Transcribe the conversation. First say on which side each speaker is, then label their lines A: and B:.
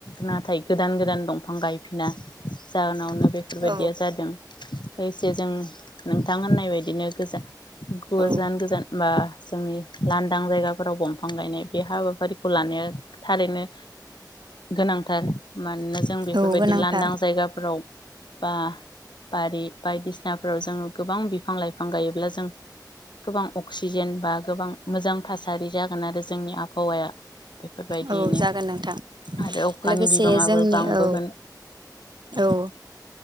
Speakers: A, on the left (about 85°); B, on the right (about 80°).
A: नाथाय गोदान गोदान दंफां गायफिना जाहोनावनो बेफोरबायदिया
B: औ
A: जादों। लोगोसे जों नोंथां होननाय बायदिनो गोजा गोजान
B: औ
A: गोजान बा जोंनि लांदां जायगाफोराव दं दंफां गायनाय बे हाबाफारिखौ लानाया थारैनो गोनांथार मानोना जों बेफोरबायदि
B: औ गोनांथार
A: लांदां जायगाफोराव बा बारि बायदिसिनाफोराव जोङो गोबां बिफां लाइफां गायोब्ला जों गोबां अक्सिजेन बा गोबां मोजां थासारि जा जेन आरो जोंनि आबहावाया बेफोरबायदियैनो
B: औ जागोन नोंथां
A: आरो अखानि
B: लोगोसे
A: बिबाङाबो
B: जोंनि
A: बांबोगोन
B: औ औ बो